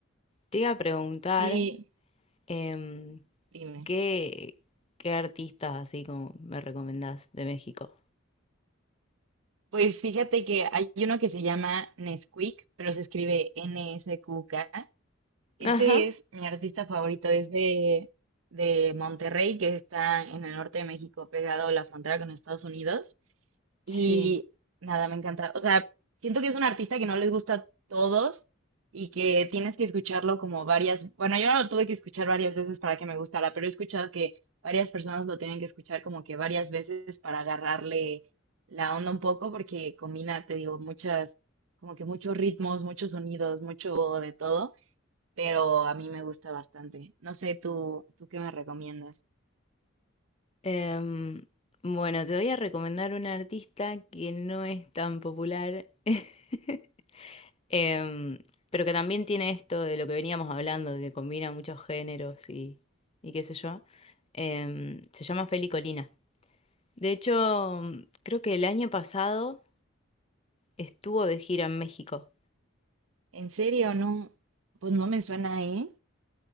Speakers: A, on the left; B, on the right.
A: Te iba a preguntar...
B: Sí,
A: em,
B: dime.
A: ¿Qué, qué artistas así como me recomendás de México?
B: Pues fíjate que hay uno que se llama Nesquik, pero se escribe N-S-Q-K. Ese
A: Ajá,
B: es mi artista favorito, es de, de Monterrey, que está en el norte de México, pegado a la frontera con Estados Unidos.
A: sí.
B: Y nada, me encanta. O sea, siento que es un artista que no les gusta a todos y que tienes que escucharlo como varias, bueno, yo lo tuve que escuchar varias veces para que me gustara, pero he escuchado que varias personas lo tienen que escuchar como que varias veces para agarrarle la onda un poco porque combina, te digo, muchas, como que muchos ritmos, muchos sonidos, mucho de todo, pero a mí me gusta bastante. No sé, tú, ¿tú qué me recomiendas?
A: Em, bueno, te voy a recomendar un artista que no es tan popular, <laughs> em, pero que también tiene esto de lo que veníamos hablando, de que combina muchos géneros y, y qué sé yo. Em, se llama Feli Colina. De hecho, creo que el año pasado estuvo de gira en México.
B: En serio, no, pues no me suena, ¿eh?